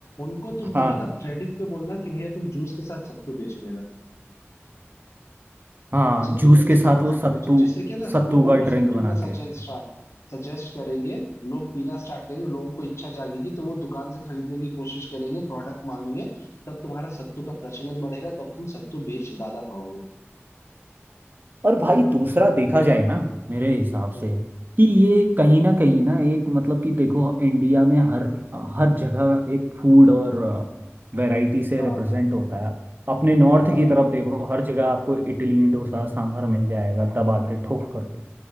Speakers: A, on the left; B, on the right.
A: उनको तुम
B: हाँ
A: जो है ना क्रेडिट पे बोलना कि भैया तुम जूस के साथ सत्तू बेचो मेरा
B: हाँ
A: सत्तू
B: जूस
A: का
B: के
A: ड्रिंक
B: साथ
A: बना
B: वो सत्तू
A: के बेचो जिससे क्या ना
B: सत्तू
A: लोगों
B: का ड्रिंक
A: को सत्तू
B: बना
A: का सजेस्ट
B: के
A: सजेस्ट करेंगे लोग पीना स्टार्ट करेंगे लोगों को इच्छा जागेगी तो वो दुकान से खरीदने की कोशिश करेंगे प्रोडक्ट मांगेंगे तब तुम्हारा सत्तू का प्रचलन बढ़ेगा तब तुम सत्तू बेच ज्यादा पाओगे
B: और भाई दूसरा देखा जाए ना मेरे हिसाब
A: हम्म,
B: से कि ये कहीं ना कहीं ना एक मतलब कि देखो इंडिया में हर हर जगह एक फूड और वैरायटी से
A: हाँ
B: रिप्रेजेंट होता है अपने नॉर्थ
A: हाँ
B: की तरफ देखो हर जगह आपको इडली डोसा सांभर मिल जाएगा दबा के ठोक करके